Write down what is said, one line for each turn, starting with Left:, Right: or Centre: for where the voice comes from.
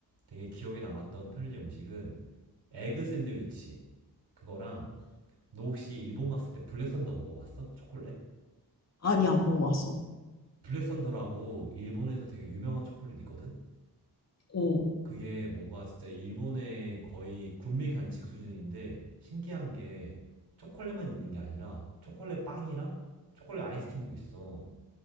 Right: 되게 기억에 남았던 편의점 음식은 에그 샌드위치 그거랑 너 혹시 일본 갔을 때 블랙썬더 먹어봤어? 초콜릿?
Left: 아니, 안 먹어봤어.
Right: 블랙썬더라고 일본에서 되게 유명한 초콜릿 있거든?
Left: 어,
Right: 그게 뭔가 진짜 일본의 거의 군민 간식 수준인데 신기한 게 초콜릿만 있는 게 아니라 초콜릿 빵이랑 초콜릿 아이스크림도 있어.